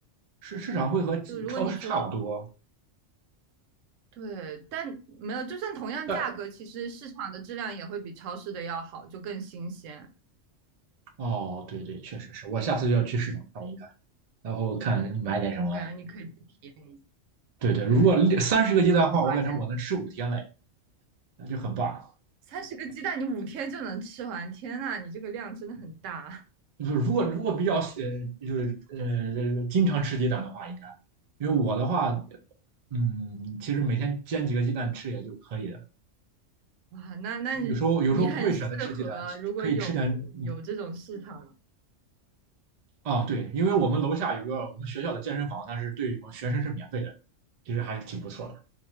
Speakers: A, on the right; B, on the right.
A: 市市场会和超市差不多，
B: 就如果你说对，但没有，就算同样价格，
A: 但
B: 其实市场的质量也会比超市的要好，就更新鲜。
A: 哦对对，确实是我下次要去市场看一看，然后看买点什么。
B: 我感觉你可以去体验一下。
A: 对对，
B: 对，
A: 如果三十个鸡蛋的话，
B: 可能会发现
A: 我感觉我能吃五天嘞，那就很棒。
B: 三十个鸡蛋你五天就能吃完，天呐，你这个量真的很大
A: 就是如果如果比较呃，就是呃经常吃鸡蛋的话，应该，因为我的话，嗯，其实每天煎几个鸡蛋吃也就可以了。
B: 哇！那那你你很适合，
A: 有时候有时候不会选择吃鸡蛋，
B: 如果有有这种市场的
A: 可以吃点嗯啊，对，因为我们楼下有个我们学校的健身房，但是对我们学生是免费的，其实还是挺不错的。